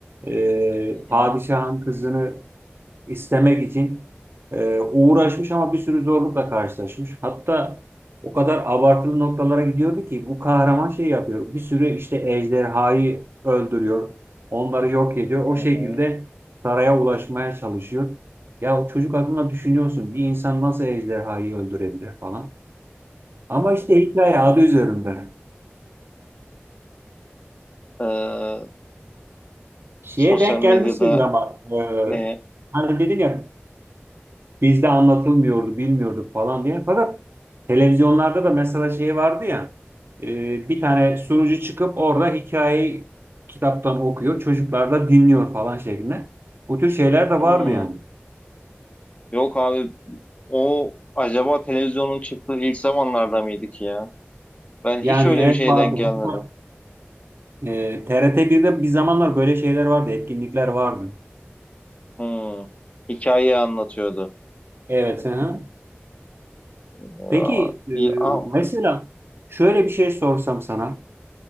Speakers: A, on the right; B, on the left.
A: e,
B: Hı
A: padişahın
B: hı,
A: kızını istemek için e, uğraşmış ama bir sürü zorlukla karşılaşmış. Hatta o kadar abartılı noktalara gidiyordu ki bu kahraman şey yapıyor. Bir sürü işte ejderhayı öldürüyor. Onları yok ediyor.
B: hı
A: O şekilde
B: hı.
A: saraya ulaşmaya çalışıyor. Ya o çocuk aklına düşünüyorsun bir insan nasıl ejderhayı öldürebilir falan. Ama işte hikaye adı üzerinde.
B: Ee,
A: Şeye
B: sosyal
A: denk
B: medyada
A: gelmişsindir ama e,
B: ne?
A: hani dedim ya Bizde anlatılmıyordu, bilmiyorduk falan diye. Fakat televizyonlarda da mesela şey vardı ya, e, bir tane sunucu çıkıp orada hikayeyi kitaptan okuyor, çocuklar da dinliyor falan şeklinde. Bu tür şeyler de
B: Hmm,
A: vardı yani.
B: yok abi o acaba televizyonun çıktığı ilk zamanlarda mıydık ya? Ben
A: Yani
B: hiç öyle
A: evet
B: bir şeye
A: vardı.
B: denk gelmedim.
A: Hatta, E, TRT1'de bir zamanlar böyle şeyler vardı, etkinlikler vardı.
B: Hmm, hikayeyi anlatıyordu.
A: Evet. Hı. hı.
B: Ya,
A: Peki e,
B: iyi, a-
A: mesela şöyle bir şey sorsam sana.